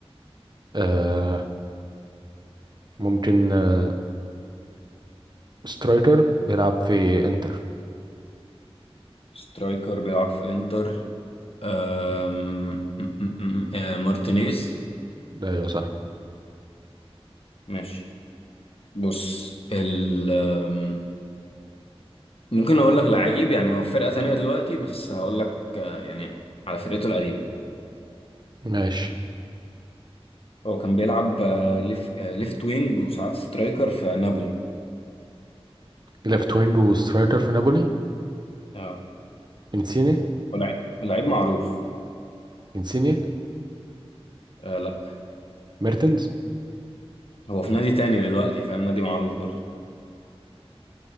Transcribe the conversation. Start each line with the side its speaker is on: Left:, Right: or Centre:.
Right: آه ممكن آه سترايكر بيلعب في انتر
Left: سترايكر بيلعب في انتر آم، م- م- م- آه مارتينيز
Right: ايوه صح
Left: ماشي بص ال آم، ممكن اقول لك لعيب يعني هو في فرقة تانية دلوقتي بس هقول لك آه، يعني على فرقته القديمة
Right: ماشي
Left: هو كان بيلعب آه، ليف آه، ليفت وينج وساعات سترايكر في نابولي
Right: ليفت وينج وسترايكر في نابولي
Left: اه
Right: انسيني
Left: هو لعيب لعيب معروف
Right: انسيني
Left: آه لا
Right: ميرتنز
Left: هو في نادي تاني دلوقتي فاهم نادي معروف برضه